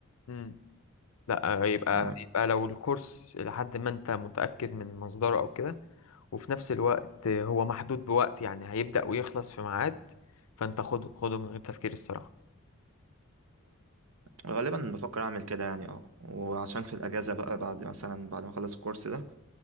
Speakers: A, on the left; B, on the right.
A: لا لا آه، يبقى
B: ف-
A: يبقى لو الكورس لحد ما انت متأكد من مصدره او كده وفي نفس الوقت هو محدود بوقت يعني هيبدأ ويخلص في ميعاد فانت خده خده من غير تفكير الصراحة
B: غالبا بفكر اعمل كده يعني اه وعشان في الاجازه بقى بعد مثلا بعد ما اخلص الكورس ده